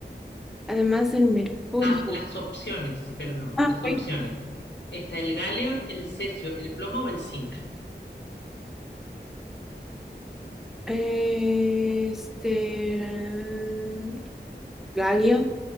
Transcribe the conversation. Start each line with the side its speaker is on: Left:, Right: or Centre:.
Centre: Además del mercurio.
Left: Ah, las opciones, perdón,
Centre: Ah,
Left: las opciones.
Centre: ok.
Left: Está el galio, el cesio, el plomo o el zinc.
Centre: Eh, Este. Galio.